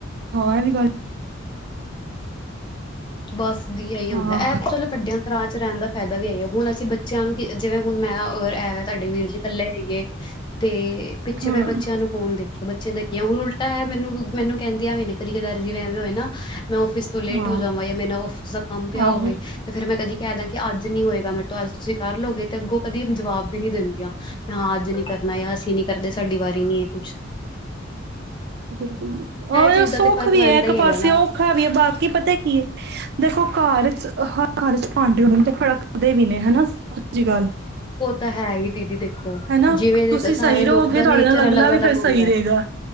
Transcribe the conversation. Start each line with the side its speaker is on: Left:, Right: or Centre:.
Right: ਹਾਂ ਇਹ ਵੀ ਗੱਲ
Left: ਬਸ ਦੀ ਏਇ ਹੁੰਦਾ
Right: ਹਾਂ
Left: ਐ, ਐ ਚਲੋ ਵੱਡਿਆ ਘਰਾਂ ਚ ਰਹਿਣ ਦਾ ਫਾਇਦਾ ਵੀਈਏ, ਹੁਣ ਅਸੀਂ ਬੱਚਿਆਂ ਨੂੰ ਕਿ ਜਿਵੇਂ ਹੁਣ ਮੈਂ ਅ ਔਰ ਏਹ ਤੁਹਾਡੇ ਵੀਰ ਜੀ ਕੱਲੇ ਰਹੀਏ ਤੇ ਪਿੱਛੇ
Right: ਹਾਂ
Left: ਫੇਰ ਬੱਚਿਆਂ ਨੂੰ ਕੌਣ ਦੇਖੇ ਬੱਚਿਆਂ ਦਾ ਕੀ ਆ, ਹੁਣ ਉਲਟਾ ਐ ਮੈਨੂੰ-ਮੈਨੂੰ ਕਹਿੰਦੀਆਂ ਵੀ ਨੇ ਕਦੀ-ਕਦਾਰ ਜਿਵੇ ਐਵੇਂ ਹੋਏ ਨਾ, ਮੈਂ ਆਫ਼ਿਸ ਤੋਂ ਲੇਟ
Right: ਹਾਂ
Left: ਹੋ ਜਾਵਾਂ ਯਾ ਮੇਰੇ ਨਾ ਆਫ਼ਿਸ ਦਾ ਕੰਮ ਪਿਆ
Right: ਆਹੋ
Left: ਹੋਵੇ ਤੇ ਫੇਰ ਮੈਂ ਕਦੀ ਕਹਿਦਾ ਕਿ ਅੱਜ ਨੀ ਹੋਏਗਾ ਮੇਰੇ ਤੋਂ ਅੱਜ ਤੁਸੀਂ ਕਰ ਲੋ ਗੇ ਤੇ ਅੱਗੋਂ ਕਦੀ ਜਵਾਬ ਵੀ ਨਹੀਂ ਦਿੰਦੀਆਂ ਕਿ ਹਾਂ ਅੱਜ ਨੀ ਕਰਨਾ ਯਾ ਅਸੀਂ ਨੀ ਕਰਦੇ ਸਾਡੀ ਵਾਰੀ ਨੀ ਐ ਇਹ ਕੁਛ
Right: ਬਿਲਕੁਲ-ਬਿਲਕੁਲ, ਓ ਇਹ
Left: ਚੀਜ਼ ਦਾ
Right: ਸੁਖ
Left: ਤੇ ਫ਼ਰਕ
Right: ਵੀ
Left: ਪੈਂਦਾ
Right: ਏ ਇੱਕ
Left: ਹੀ ਹੈਗਾ
Right: ਪਾਸੇ
Left: ਨਾ
Right: ਉ ਔਖਾ ਵੀ ਏ ਬਾਕੀ ਪਤਾ ਕੀ ਏ, ਦੇਖੋ ਘਰ ਚ ਕਰ ਚ ਭਾਂਡੇ ਹੋਨ ਤੇ ਖੜਕ ਦੇ ਵੀ ਨੇ ਹਨਾ, ਸਚੀ ਗੱਲ
Left: ਉਹ ਤਾਂ ਐ ਹੀ ਦੀਦੀ ਦੇਖੋ
Right: ਹਨਾ,
Left: ਜਿਵੇਂ ਦੇ
Right: ਤੁਸੀਂ
Left: ਸਾਰੇ
Right: ਸਹੀ ਰਹੋਗੇ
Left: ਲੋਕ ਦਾ
Right: ਤੁਹਾਡੇ
Left: ਨੇਚਰ
Right: ਨਾਲ ਅਗਲਾ
Left: ਅਲੱਗ-ਅਲੱਗ
Right: ਵੀ ਫੇਰ
Left: ਹੁੰਦਾ
Right: ਸਹੀ
Left: ਹੈ।
Right: ਰਹੇਗਾ